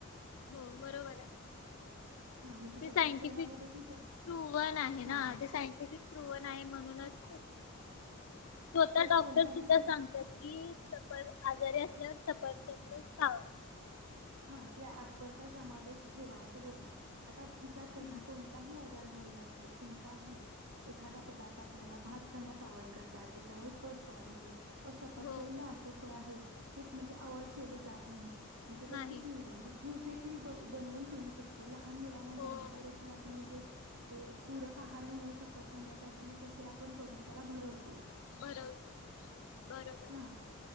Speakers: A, on the left (about 65°); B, on the right (about 75°).
A: हो बरोबर आहे
B: हा म्हणजे सफरचंदामध्ये
A: ते सायंटिफिक
B: ती सर
A: प्रुवन आहे
B: हा
A: ना ते सायंटिफिक प्रुवन आहे म्हणूनच स्वतः
B: हो
A: डॉक्टर
B: कोणताही
A: सुद्धा
B: रोग
A: सांगतात की सफर आजारी अस. एक सपरचंद खावा
B: हा कि ॲपलचा समावेश ठेवा असं बोलतात. आता विचार करणा
A: हम्म
B: कोणताही आजार जर झालेला असू दे कोणताही एखादा पदार्थ आपल्याला भात खाण्यास अवाइड करतात. ज्याच्यामुळे पस तयार होतो. पण सपरचंद
A: हो
B: हे असं फळ आहे जे म्हणजे अव्हॉइड केलं जात नाही म्हणजे ते
A: नाही
B: ची प्युरी म्हंजे ज्युस देखी किल बनवून पीऊ शकतो. तो लहान मुलांना
A: हो
B: जन्मता
A: हो
B: देखील आपण म्हणजे ते पूरक आहार म्हणून सफरचंदात तर ज्यूस देखील आपण करून त्याला भरवतो.
A: बरो बरोबर
B: हा
A: हाय